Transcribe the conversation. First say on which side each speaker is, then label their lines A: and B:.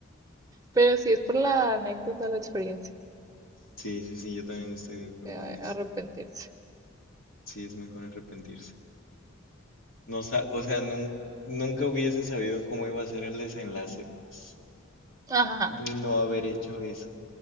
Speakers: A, on the right; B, on the left.
A: Pero si es por la anécdota, la experiencia,
B: Sí, sí, sí, yo también estoy de acuerdo
A: eh,
B: en eso.
A: arrepentirse.
B: Sí, es mejor arrepentirse. No sa- o sea, nun- nunca hubiese sabido cómo iba a ser el desenlace, pues,
A: Ajá.
B: de no haber hecho eso.